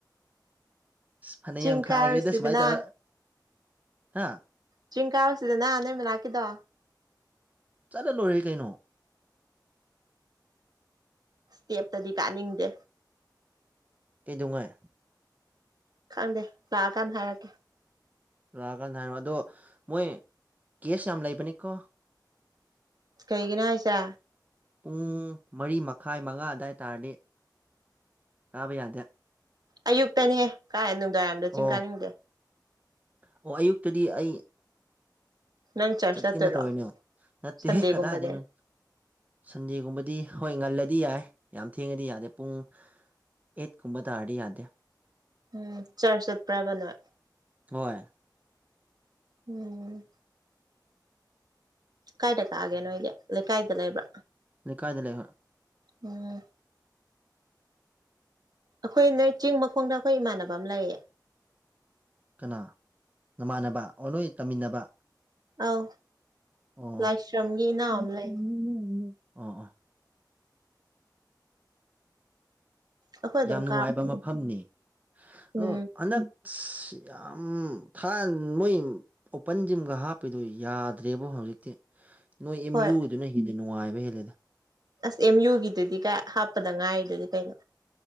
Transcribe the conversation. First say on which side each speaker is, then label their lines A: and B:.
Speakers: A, on the right; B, on the right.
A: ꯑꯁ ꯐꯅꯦꯌꯥꯝ
B: ꯆꯤꯡ
A: ꯈꯥꯏꯒ꯭ꯔꯦꯗ
B: ꯀꯥꯔꯨꯁꯤꯗꯅ
A: ꯁꯨꯃꯥꯏꯅ ꯇꯧꯔ ꯍꯥ
B: ꯆꯤꯡ ꯀꯥꯥꯎꯁꯤꯗꯅ ꯅꯣꯏ ꯃꯅꯥꯛꯀꯤꯗꯣ
A: ꯆꯠꯂ ꯂꯣꯏꯔꯦ ꯀꯩꯅꯣ
B: ꯇꯦꯞꯇꯗꯤ ꯀꯥꯅꯤꯡꯗꯦ
A: ꯀꯩꯗꯧꯉꯩ
B: ꯈꯪꯗꯦ ꯂꯥꯛꯑꯀꯥꯟ ꯍꯥꯏꯔꯛꯀꯦ
A: ꯂꯥꯛꯑꯀꯥꯟ ꯍꯥꯏꯔꯣ ꯑꯗꯣ ꯃꯣꯏ ꯀꯦꯁ ꯌꯥꯝ ꯂꯩꯕꯅꯤꯀꯣ
B: ꯀꯩꯒꯤꯅ ꯍꯥꯏꯁꯦ
A: ꯄꯨꯡ ꯃꯔꯤ ꯃꯈꯥꯏ ꯃꯉꯥ ꯑꯗꯨꯋꯥꯏ ꯇꯥꯔꯗꯤ ꯀꯥꯕ ꯌꯥꯗꯦ
B: ꯑꯌꯨꯛꯇꯅꯦ ꯀꯥꯏ ꯅꯨꯡꯗꯥꯏꯔꯝꯗ ꯆꯤꯡ
A: ꯑꯣ
B: ꯀꯥꯅꯤꯡꯗꯦ
A: ꯑꯣ ꯑꯌꯨꯛꯇꯗꯤ ꯑꯩ
B: ꯅꯪ ꯆꯔꯆ
A: ꯆꯠꯀꯦꯅ
B: ꯆꯠꯇꯣꯏꯔꯣ
A: ꯇꯧꯔꯤꯅꯦ ꯅꯠꯇꯦꯍꯦ
B: ꯁꯟꯗꯦꯒꯨꯝꯕꯗꯤ
A: ꯀꯗꯥꯏꯗꯩꯩꯅꯣ ꯁꯟꯗꯦꯒꯨꯝꯕꯗꯤ ꯍꯣꯏ ꯉꯜꯂꯗꯤ ꯌꯥꯏ ꯌꯥꯝ ꯊꯦꯡꯉꯗꯤ ꯌꯥꯗꯦ ꯄꯨꯡ ꯑꯦꯠꯀꯨꯝꯕ ꯇꯥꯔꯗꯤ ꯌꯥꯗꯦ
B: ꯎꯝ ꯆꯔ ꯆꯠꯄ꯭ꯔꯥꯕ ꯅꯣꯏ
A: ꯍꯣꯏ
B: ꯎꯝ ꯀꯥꯏꯗ ꯀꯥꯒꯦ ꯅꯣꯏꯒꯤ ꯂꯩꯀꯥꯏꯗ ꯂꯩꯕ꯭ꯔ
A: ꯂꯩꯀꯥꯏꯗꯥ ꯂꯩ ꯍꯣꯏ
B: ꯎꯝ ꯑꯩꯈꯣꯏ ꯅꯣꯏ ꯆꯤꯡ ꯃꯈꯣꯡꯗ ꯑꯩꯈꯣꯏ ꯏꯃꯥꯟꯅꯕ ꯑꯃ ꯂꯩꯌꯦ
A: ꯀꯅꯥ ꯅꯃꯥꯟꯅꯕ ꯑꯣ ꯅꯣꯏ ꯇꯝꯃꯤꯟꯅꯕ
B: ꯑꯧ
A: ꯑꯣ
B: ꯂꯥꯏꯁ꯭ꯔꯝꯒꯤ ꯏꯅꯥꯎ
A: <unintelligible>
B: ꯑꯃ ꯂꯩ
A: <inaudible> ꯑꯣ ꯑꯣ
B: ꯑꯩꯈꯣꯏ ꯑꯗꯨꯝ
A: ꯌꯥꯝ ꯅꯨꯡꯉꯥꯏꯕ
B: ꯀꯥꯕꯅꯦ
A: ꯃꯐꯝꯅꯤ ꯑꯗꯣ
B: ꯎꯝ
A: ꯑꯅꯛ ꯑꯁ ꯌꯥꯝ ꯊꯥꯟ ꯃꯣꯏ ꯑꯣꯄꯟ ꯖꯤꯝꯒ ꯍꯥꯞꯄꯤꯗꯨ ꯌꯥꯗ꯭ꯔꯦꯕ ꯍꯧꯖꯤꯛꯇꯤ ꯅꯣꯏ ꯑꯦꯝ
B: ꯍꯣꯏ
A: ꯌꯨꯗꯨꯅ ꯍꯤꯟꯅ ꯅꯨꯡꯉꯥꯏꯕ ꯍꯦꯜꯂꯦꯗ
B: ꯑꯁ ꯑꯦꯝ ꯌꯨꯒꯤꯗꯨꯗꯤ ꯀ ꯍꯥꯞꯄꯗ ꯉꯥꯏꯔꯤꯗꯨꯗꯤ ꯀꯩꯅꯣ